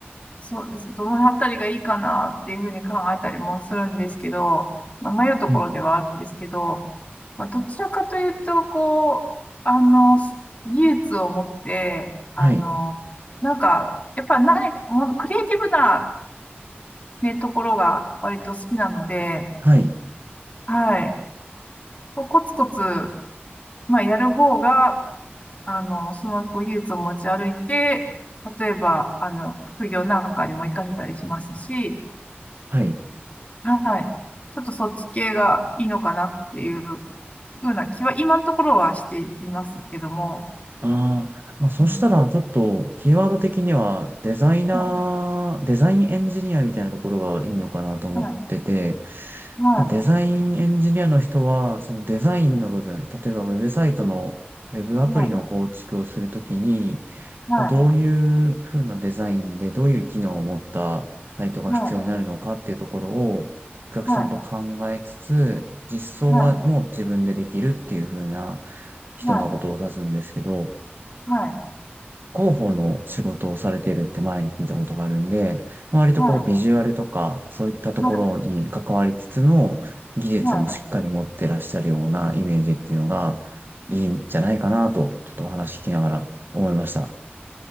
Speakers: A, on the left; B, on the right.
A: そうです。どのあたりがいいかなっていうふうに考えたりもするんですけど、まあ、迷うところではあるんですけど、
B: うん
A: まあ、どちらかというと、こう、あの、技術を持って、あの、
B: はい。
A: なんか、やっぱ何か、もうクリエイティブないうところが割と好きなので、
B: はい。
A: はい。こコツコツ、まあ、やる方が、あの、その技術を持ち歩いて、例えば、あの、副業なんかにも活かせたりしますし、
B: はい。
A: はい。ちょっとそっち系がいいのかなっていうふうな気は今のところはしていますけども、
B: ああ、まあ、そしたらちょっとキーワード的にはデザイナー、
A: うん。は
B: デザインエンジニアみたいなところがいいのかなと思ってて、
A: い。は
B: まあ、デザインエンジニアの人はそのデザインの部分、
A: い。
B: 例えばウェブサイトのウェブアプリの構築をするときに、
A: はい。はい。
B: まあ、どういうふうなデザインでどういう機能を持ったサイトが必要になるのかっていうところをお客さんと考えつつ、
A: はい。はい。
B: 実装はもう自分でできるっていうふうな
A: はい。
B: 人のことを指すんですけど、
A: はい。はい。
B: 広報の仕事をされているって前に聞いたことがあるんで、まあ割とこうビジュアルとかそういったところに関わりつつの技術もしっかり持ってらっしゃるようなイメージっていうのがいいんじゃないかなと、
A: はい。はい。はい。はい。
B: ちょっとお話聞きながら思いました。